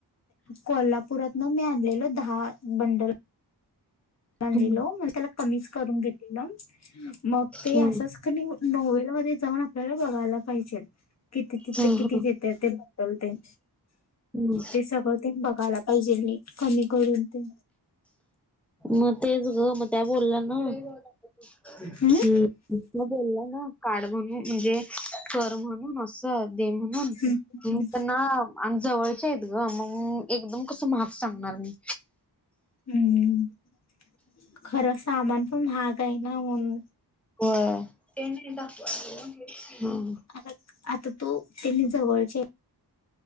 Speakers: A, on the left (about 40°); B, in the centre.
A: कोल्हापुरात मी आणलेलो दहा बंडल. म्हणलेलं
B: हम्म
A: मग ते कमीच करून करून घेतलं मग ते
B: हम्म
A: असच. नॉवलमध्ये जाऊन आपल्याला बघायला पाहिजे. किती तिथं
B: हम्म
A: किती देते बंडल टेन
B: हम्म.
A: ते सगळं बघायलाग. पाहिजे नीट कमी करून ते.
B: मग तेच ग मग त्या बोलल्या ना की.
A: हम्म.
B: मग त्या बोलला ना काड म्हणून म्हणजे सर म्हणून मस्त. दे म्हणून
A: हम्म
B: त्यांना. आणि जवळच्या आहेत ग, मग एकदम कसं मार्क्स सांगणार मी.
A: हम्म खरं पण महाग ना म्हणून.
B: हो ते दाखवा ह.
A: अर आता तो त्यांनी जवळच्या हेत.